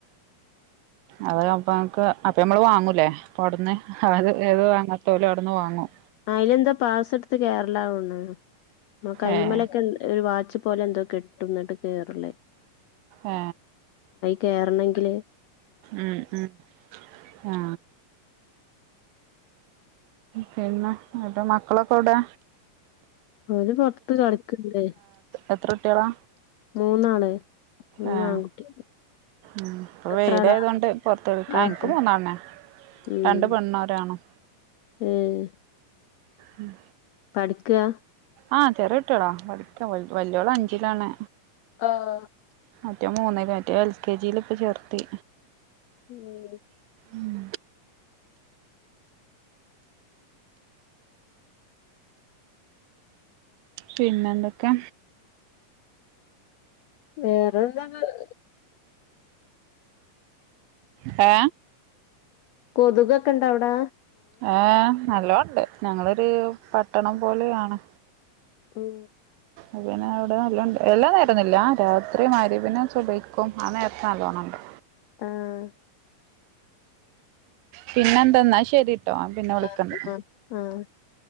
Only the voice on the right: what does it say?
അത്‌ അപ്പമ്മക്ക് അപ്പ ഞമ്മള് വാങ്ങൂലേ പൊടുന്നേ അത് ഏത് വാങ്ങാത്ത <unintelligible> പെട്ടന്ന് വാങ്ങും
ഏഹ്
ഏ
ഉം ഉം ആ പിന്നെ അന്റെ മക്കളൊക്കെ എവിടേ
എത്ര കുട്ടികളാ
ആഹ് ഉം ഇപ്പൊ
വെയിലായതോണ്ട് പൊറത്തെവ്
ഇൻക്ക് മൂന്നാളന്നെ
രണ്ട് പെണ്ണും ഒരാണും
ഉം
ആഹ് ചെറിയുട്യോളാ പഠിക്ക വല്യോള അഞ്ചിലാണ്
മറ്റോ മൂന്നില മറ്റേ എൽ, കെ, ജീല്‌ പ്പം ചേർത്തി
ഉം പിന്നെന്തൊക്കെ
പാ
ആഹ് നല്ലോണ്ട്. ഞങ്ങളൊര് പട്ടണം പോലെയാണ്
അതെന്നെ അവിടെ നല്ലണ്ട്. എല്ലാം നേരൊന്നില്ലാ രാത്രി മഗ് രിബിനും സുബയ്ക്കും ആ നേരത്താണലോ നല്ലോ
പിന്നെന്താ ന്നാശരി ട്ടോ ആ പിന്നെ വിളിക്കണ്ട്